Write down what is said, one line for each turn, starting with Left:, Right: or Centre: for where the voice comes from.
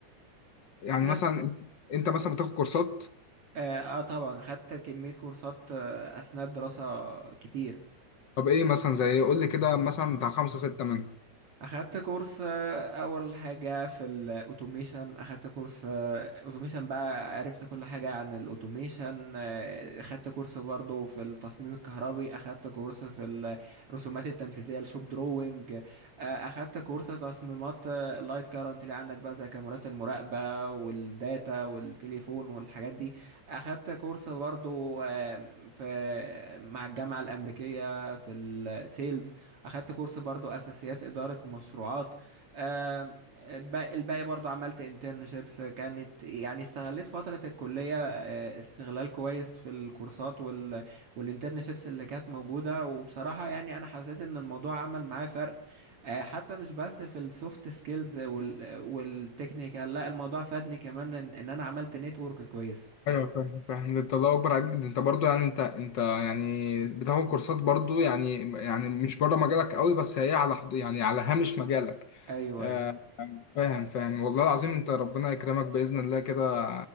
Left: يعني
Right: في ناس
Left: مثلا أنت مثلا بتاخد كورسات
Right: اه, آه طبعا خدت كمية كورسات آه، أثناء الدراسة كتير
Left: طب إيه مثلا زي إيه؟ قول لي كده مثلا بتاع خمسة ستة منهم
Right: اخدت كورس آه، اول حاجه في الاوتوميشن اخدت كورس اوتوميشن بقى عرفت كل حاجه عن الاوتوميشن آه، اخدت كورس برضو في التصميم الكهربي اخدت كورس في الرسومات التنفيذيه الشوب دروينج آه، اخدت كورس تصميمات آه، اللايت كارنت اللي عندك بقى زي كاميرات المراقبه والداتا والتليفون والحاجات دي اخدت كورس برضو آه، في مع الجامعه الامريكيه في السيلز اخدت كورس برضو اساسيات اداره مشروعات آم، الباقي الباقي برضو عملت انترنشيبس كانت يعني استغليت فتره الكليه آه، استغلال كويس في الكورسات وال والانترنشيبس اللي كانت موجوده وبصراحه يعني انا حسيت ان الموضوع عمل معايا فرق آه، حتى مش بس في السوفت سكيلز وال والتكنيكال لا الموضوع فادني كمان ان إن انا عملت نتورك كويس
Left: ايوه فاهم فاهم ده انت الله اكبر عليك ده انت برضو يعني انت انت يعني بتاخد كورسات برضو يعني يعني مش بره مجالك قوي بس هي على حد يعني على هامش مجالك
Right: ايوه
Left: آه
Right: ايوه
Left: فاهم فاهم والله العظيم انت ربنا يكرمك باذن الله كده